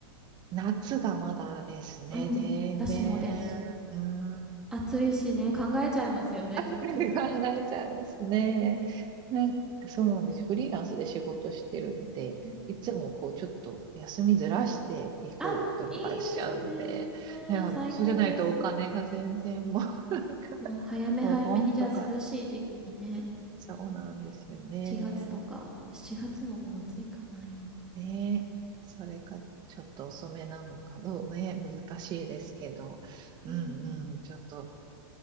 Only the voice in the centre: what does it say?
うん、
私もです。
暑いしね、考えちゃいますよね、
ちょっといろいろ。
うん
あ、いいですね。
最高です。
もう早め早めに、
じゃあ涼しい時期にね、
7月とか、まあ7月ももう暑いかな、今は。
うん